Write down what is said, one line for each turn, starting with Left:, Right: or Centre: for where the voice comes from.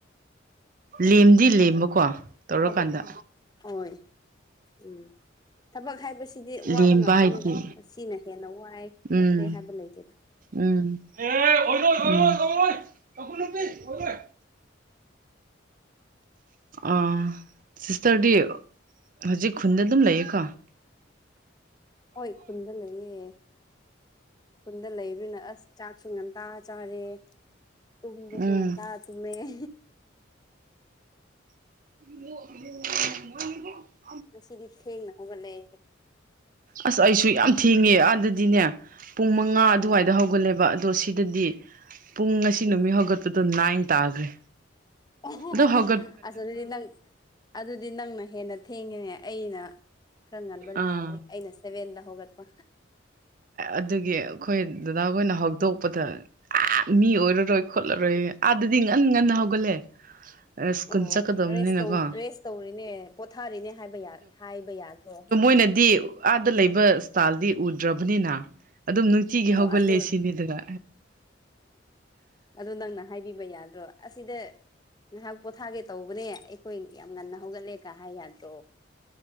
Right: ꯂꯦꯝꯗꯤ ꯂꯦꯝꯕꯀꯣ ꯇꯧꯔꯀꯥꯟꯗ
Left: ꯊꯕꯛ ꯑꯣꯏ ꯎꯝ ꯊꯕꯛ ꯍꯥꯏꯕꯁꯤꯗꯤ ꯋꯥꯕ
Right: ꯂꯦꯝꯕ
Left: ꯉꯥꯛꯇꯅꯤꯗ
Right: ꯍꯥꯏꯗꯤ
Left: ꯁꯤꯅ ꯍꯦꯟꯅ ꯋꯥꯏ ꯈꯣꯠꯂꯦ
Right: ꯎꯝ
Left: ꯍꯥꯏꯕ ꯂꯩꯇꯦꯗ
Right: ꯎꯝ ꯑꯦ ꯑꯣꯢꯔꯣꯢ ꯑꯣꯢꯔꯣꯢ ꯇꯪꯈꯨꯜ ꯅꯨꯄꯤ ꯑꯣꯢꯔꯣꯢ ꯑꯥ ꯁꯤꯁꯇꯔꯗꯤ ꯍꯧꯖꯤꯛ ꯈꯨꯟꯗ ꯑꯗꯨꯝ ꯂꯩꯌꯦꯀꯣ
Left: ꯍꯣꯏ ꯈꯨꯟꯗ ꯂꯩꯌꯦ ꯈꯨꯟꯗ ꯂꯩꯕꯅꯤꯅ ꯑꯁ ꯆꯥꯛꯁꯨ ꯉꯟ ꯇ ꯆꯥꯔꯦ ꯇꯨꯝꯕꯁꯨ
Right: ꯎꯝ
Left: ꯉꯇꯥ ꯇꯨꯝꯃꯦ <inaudible>
Right: <unintelligible>
Left: ꯉꯁꯤꯗꯤ ꯊꯦꯡꯅ ꯍꯧꯒꯠꯂꯦ
Right: ꯑꯁ ꯑꯩꯁꯨ ꯌꯥꯝ ꯊꯦꯡꯉꯦ ꯑꯥꯗꯗꯤꯅꯦ ꯄꯨꯡ ꯃꯉꯥ
Left: ꯎꯝ
Right: ꯑꯗꯨꯋꯥꯏꯗ ꯍꯧꯒꯠꯂꯦꯕ ꯑꯗꯣ ꯁꯤꯗꯗꯤ ꯄꯨꯡ ꯉꯁꯤ
Left: ꯎꯝ
Right: ꯅꯨꯃꯤꯠ ꯍꯧꯒꯠꯄꯗꯣ ꯅꯥꯏꯟ ꯇꯥꯗ꯭ꯔꯤ
Left: ꯑꯣ ꯍꯣ ꯍꯣ
Right: ꯑꯗꯨ
Left: ꯍꯣ ꯑꯁ ꯑꯗꯨꯗꯤ ꯅꯪ ꯑꯗꯨꯗꯤ ꯅꯪꯅ ꯍꯦꯟꯅ ꯊꯦꯡꯉꯤꯅꯦ ꯑꯩꯅ ꯈꯔ ꯉꯟꯕ
Right: ꯑꯥ
Left: ꯃꯥꯜꯂꯦ ꯑꯩꯅ ꯁꯦꯕꯦꯟꯗ ꯍꯧꯒꯠꯄ
Right: ꯑꯗꯨꯒꯤ ꯑꯩꯈꯣꯏ ꯗꯗꯥ ꯍꯣꯏꯅ ꯍꯧꯗꯣꯛꯄꯗ ꯑꯛ ꯃꯤ ꯑꯣꯏꯔꯔꯣꯏ ꯈꯣꯠꯂꯔꯣꯏ ꯑꯥꯗꯗꯤ ꯉꯟ ꯉꯟꯅ ꯍꯧꯒꯠꯂꯦ ꯁ꯭ꯀꯨꯜ
Left: ꯑꯣ
Right: ꯆꯠꯀꯗꯕꯅꯤꯅꯀꯣ
Left: ꯔꯦꯁ ꯇꯧ ꯔꯦꯁ ꯇꯧꯔꯤꯅꯦ ꯄꯣꯊꯥꯔꯤꯅꯦ ꯍꯥꯏꯕ ꯍꯥꯏꯕ ꯌꯥꯗ꯭ꯔꯣ
Right: ꯃꯣꯢꯅꯗꯤ ꯑꯥꯗ ꯂꯩꯕ ꯏꯁꯇꯥꯏꯜꯗꯤ ꯎꯗ꯭ꯔꯕꯅꯤꯅ ꯑꯗꯨꯝ ꯅꯨꯡꯇꯤꯒꯤ
Left: ꯑꯣ
Right: ꯍꯧꯒꯠꯂꯦ
Left: ꯑꯗꯨ
Right: ꯁꯤꯅꯤꯗꯅ
Left: ꯑꯗꯨ ꯅꯪꯅ ꯍꯥꯏꯕꯤꯕ ꯌꯥꯗ꯭ꯔꯣ ꯑꯁꯤꯗ ꯉꯥꯏꯍꯥꯛ ꯄꯣꯊꯥꯒꯦ ꯇꯧꯕꯅꯦ ꯑꯩꯈꯣꯏ ꯌꯥꯝ ꯉꯟꯅ ꯍꯧꯒꯠꯂꯦ ꯀꯥꯢ ꯍꯥꯏ ꯌꯥꯗ꯭ꯔꯣ